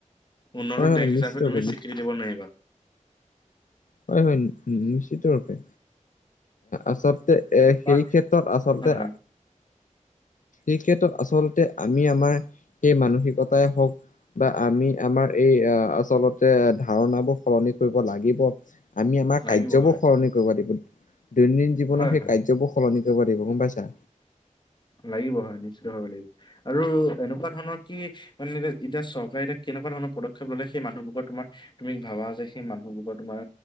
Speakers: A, on the left; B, on the left.
A: উন্নত
B: হয় হয়
A: দেশ হিচাপে
B: নিশ্চিত ৰূপে
A: তুমি
B: নিশ্চিত
A: স্বীকৃতি দিব নোৱাৰিবা।
B: হয় হয় নিশ্চিতৰূপে। আচাৰ তে
A: বা
B: সেই ক্ষেত্ৰত আচলতে
A: নহয়
B: এই ক্ষেত্ৰত আচলতে আমি আমাৰ সেই মানুহ সিকতাই হওক বা আমি আমাৰ এই আচলত তে ধাৰণাবোৰ সলনি কৰিব লাগিব, আমি আমাৰ
A: লাগিব
B: কাৰ্যবোৰ
A: হয়
B: সলনি কৰিব লাগিব। দৈনন্দিন জীৱনত
A: হয়
B: সেই
A: হয়
B: কাৰ্যবোৰ সলনি কৰিব লাগিব গম পাইছা।
A: লাগিব হয় নিশ্চিত ভাৱে লাগিব। আৰু এনেকুৱা ধৰণৰ কি মানে এ এতিয়া চৰকাৰে এতিয়া কেনেকুৱা ধৰণৰ পদক্ষেপ ললে সেই মানুহবোৰৰ তোমাৰ তুমি ভাবা যে সেই মানুহবোৰৰ তোমাৰ